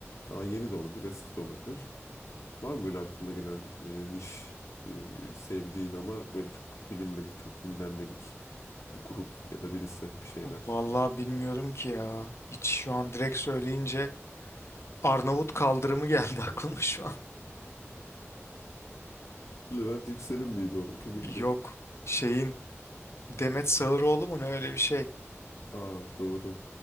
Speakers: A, on the left (about 80°); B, on the left (about 60°).
A: Daha yeni de olabilir, eski de olabilir. Var mı böyle aklına gelen e, niş e, sevdiğin ama böyle çok bilinmedik, çok dinlenmedik bir grup ya da birisi bir şeyler?
B: Vallahi bilmiyorum ki ya. Hiç şu an direkt söyleyince Arnavut kaldırımı geldi <laughs> aklıma şu an.
A: <laughs> Levent Yüksel'in miydi o? Kimindi?
B: Yok. Şeyin Demet Sağıroğlu mu ne öyle bir şey.
A: Aa doğru.